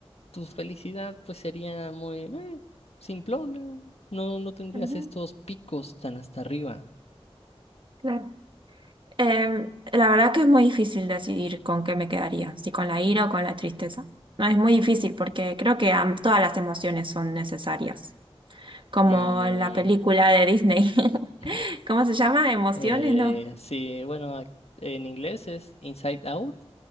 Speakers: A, on the left (about 75°); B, on the right (about 50°).
A: tu felicidad pues sería muy eh, simplona, no, no tendrías
B: Ujú.
A: estos picos tan hasta arriba
B: claro. Eh, la verdad que es muy difícil decidir con qué me quedaría, si con la ira o con la tristeza. No, es muy difícil porque creo que am- todas las emociones son necesarias, como
A: y eh,
B: la película de Disney. <laughs>
A: <laughs>
B: ¿Cómo se llama? ¿Emociones?
A: eh,
B: No.
A: sí, bueno, ac- en inglés es inside out.